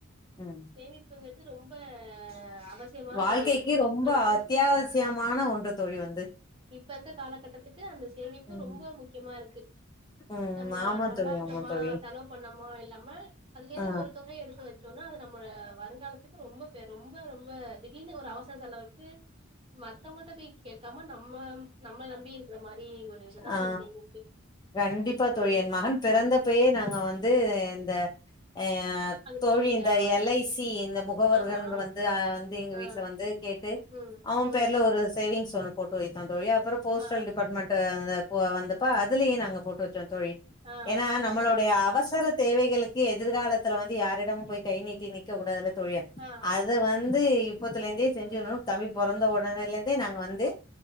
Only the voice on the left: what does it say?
ம்
வாழ்க்கைக்கு
ரொம்ப
அத்யாவசியமான ஒன்று தோழி வந்து
ம்
ம்
ஆமா
தோழி ஆமா தோழி
ஆ
ஆ
கண்டிப்பா
தோழி என் மகன் பிறந்த பே நாங்க வந்து இந்த ஆ
தோழி
இந்த எல் ஐ சி இந்த முகவர்கள்ங்க
வந்து வந்து எங்க
வீட்ல வந்து கேட்டு
அவன்
பேர்ல ஒரு சேவிங்ஸ் ஒண்ணு போட்டு வைத்தோ தோழி அப்றோ போஸ்டல்
டிபார்ட்மெண்ட் வந்து போ வந்து ப்ப அதுலயு நாங்க போட்டு வச்சோ தோழி
ஏனா
நம்மளுடைய
அவசர தேவைகளு க்கி எதிர்காலத்துல வந்து யாரிடமு போய் கை நீட்டி நிக்க கூடாதுல தோழிஅது
அத வந்து இப்பத்துலேந்தே செஞ்சுர்ணு தம்பி பொறந்த ஒடனேலேந்தே நாங்க வந்து